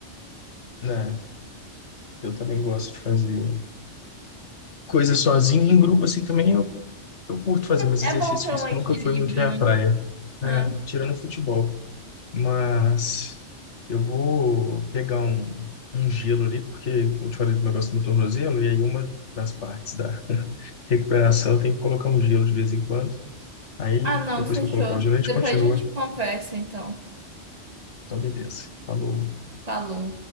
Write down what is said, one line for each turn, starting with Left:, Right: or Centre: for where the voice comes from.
Left: né? Eu também gosto de fazer coisas sozinho, em grupo assim também Eu curto fazer, mas
Right: É
Left: exercício
Right: bom ter
Left: físico
Right: um equilíbrio,
Left: nunca foi muito minha
Right: né?
Left: praia.
Right: É.
Left: É, tirando futebol. Mas eu vou pegar um, um gelo ali, porque eu te falei do negócio do tornozelo, e aí uma das partes da <laughs> recuperação tem que colocar um gelo de vez em quando. Aí,
Right: Ah, não,
Left: depois
Right: fechou.
Left: que eu colocar o gelo, a
Right: Depois
Left: gente continua.
Right: a gente conversa, então.
Left: Então, beleza. Falou.
Right: Falou.